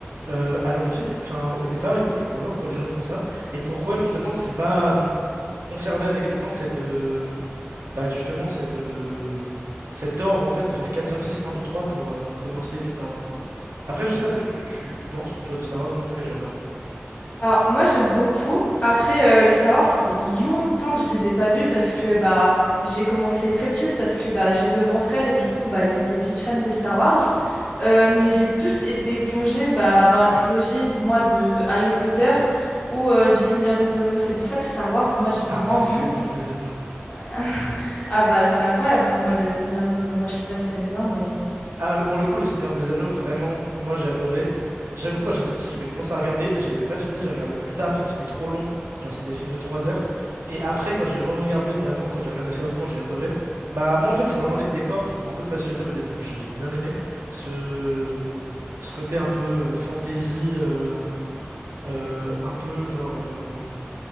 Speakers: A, on the right; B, on the left.
A: euh, à l'origine, enfin au départ. Et du coup, je comprends pas pourquoi les gens font ça. Et pourquoi justement, ça s'est pas euh, conservé avec le temps, cette, euh, bah, justement, cette, euh, cet ordre en fait de faire quatre, cinq, six, un, deux, trois pour euh, commencer les Star Wars. Après, je sais pas ce que tu penses, toi, de Star Wars. Moi, en tout cas, j'adore.
B: Alors, moi, j'aime beaucoup. Après, euh, les Star Wars, ça fait longtemps que je les ai pas vus parce que bah, j'ai commencé très petite parce que bah, j'ai deux grands frères et du coup, bah, ils étaient vite fans des Star Wars. Euh, mais j'ai plus été plongée bah, dans la trilogie, moi, de Harry Potter ou euh, du Seigneur des Anneaux. C'est pour ça que Star Wars, moi, j'ai
A: Ah
B: moins
A: ouais, le
B: vu.
A: Seigneur des Anneaux.
B: <laughs> Ah bah c'est incroyable pour moi le Seigneur des Anneaux. Moi je sais pas si t'aimes bien mais
A: Ah, pour le coup, Le Seigneur des Anneaux, vraiment, moi j'ai adoré. J'avoue, quand j'étais petit, j'avais commencé à regarder, je les ai pas finis, j'ai regardé plus tard parce que c'était trop long. Genre, c'est des films de 3 heures. Et après, quand j'ai re-regardé vraiment, quand j'ai regardé sérieusement, j'ai adoré. Bah, moi en fait, c'est vraiment les décors qui m'ont un peu passionné au début, j'ai j'ai bien aimé. Ce, ce côté un peu euh, fantasy, euh, euh, un peu genre. euh,